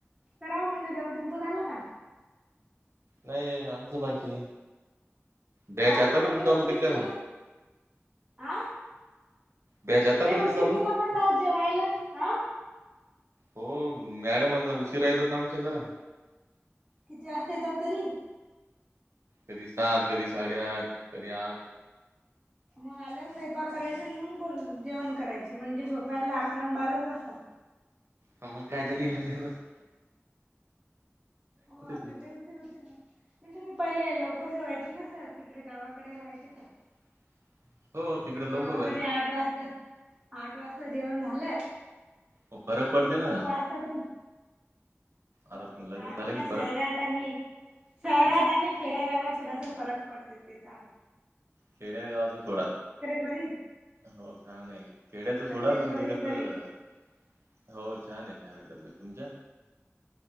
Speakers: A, on the right (about 20°); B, on the right (about 65°).
A: करावं म्हणलं जेवण, तुमचं झालं का?
B: नाही, आमचं बाकी ये, बॅच
A: काऊन
B: आतापर्यंत
A: आज लय
B: चालू
A: उशीर
B: होती काय
A: केला
B: मग?
A: आ
B: बॅच आतापर्यंत
A: लय उशीर
B: चालू होती?
A: केला म्हटलं आज जेवायला? अं
B: हो, मॅडम आता उशीरा येतात ना आमच्या जरा.
A: किती वाजता येतात तरी?
B: कधी सात, कधी साडेआठ, कधी आठ.
A: मग आल्यावर स्वयंपाक करायचा आणि मग जेवण करायचं. म्हणजे झोपायला अकरा आणि बाराच वाजता.
B: हं मग काय ते <inaudible>
A: हो आता
B: ना
A: लय उ <inaudible> म् तुमी पहिले लवकर जेवायचे ना सर? तिकडे गावाकडे राहायचे ते
B: <inaudible> हो तिकडे लवकर
A: गावाकडे
B: व्हायचं
A: आठ वाजता, आठ वाजता जेवण झालं
B: मग फरक पडते
A: कि
B: ना
A: नऊ वाजता तूम
B: आता
A: होते काय
B: लग्न झालं
A: म्हणं
B: की फरक
A: शहरात आणि शहरात आणि खेड्यागावात थोडासा फरक पडतय ते तर आहेच.
B: खेड्या गावाचा सोडा
A: बरी
B: हो छान आहे. खेड्याचा सोडा
A: तब्येत
B: पण
A: वगैरे
B: ते कस
A: बरी
B: अ हो छान आहे छान आहे तब्येत तुमच्या?